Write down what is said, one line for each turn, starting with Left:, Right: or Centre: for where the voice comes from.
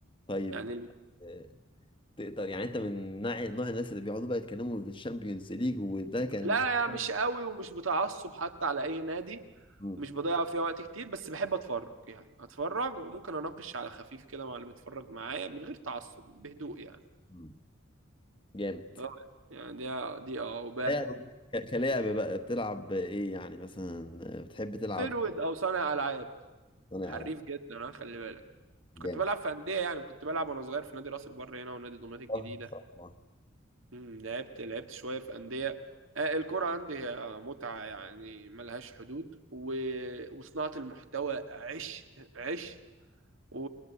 Left: طيب
Right: يعني ال-
Left: آه، تقدر يعني انت من نوع نوع الناس اللي بيقعدوا بقى يتكلموا في الشامبيونز ليج وده كان
Right: لا
Left: م-
Right: مش قوي ومش بتعصب حتى على اي نادي
Left: م-
Right: مش بضيع فيها وقت كتير بس بحب اتفرج يعني اتفرج وممكن اناقش على خفيف كده مع اللي بيتفرج معايا من غير تعصب بهدوء يعني
Left: م. جامد
Right: اه يعني دي دي اه
Left: لعب ك- كلعب بقى بتلعب ايه يعني مثلا بتحب تلعب
Right: فيرود او صانع العاب
Left: صانع
Right: حريف
Left: العاب
Right: جدا انا خلي بالك
Left: جامد
Right: كنت بلعب في انديه يعني كنت بلعب وانا صغير في نادي راس البر هنا ونادي دمياط الجديده
Left: اه ان شاء الله
Right: امم لعبت لعبت شويه في انديه آه، الكرة عندي هي متعة يعني ملهاش حدود و... وصناعة المحتوى عش عش و...